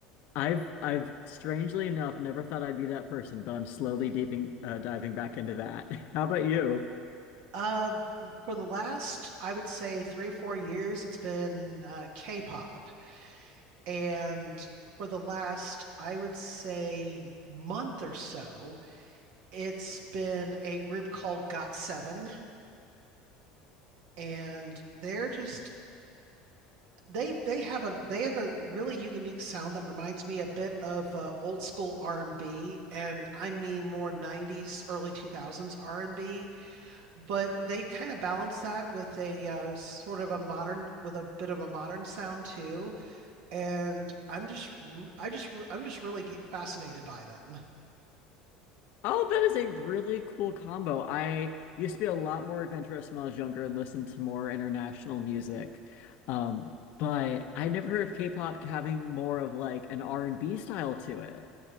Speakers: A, on the left; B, on the right.
A: I've I've strangely enough never thought I'd be that person, but I'm slowly deeping uh, diving back into that. <laughs> How about you?
B: Uh, for the last, I would say three or four years, it's been uh, K-pop, and for the last, I would say month or so, it's been a group called GOT7, and they're just they they have a they have a really unique sound that reminds me a bit of uh, old school R&B and B, and I mean more 90s early 2000s R&B but they kind of balance that with a uh, sort of a modern with a bit of a modern sound too and I'm just r- I just I just i am just really get fascinated by them.
A: Oh, that is a really cool combo. I used to be a lot more adventurous when I was younger and listened to more international music. Um, but I never heard of K-pop having more of like an R&B style to it.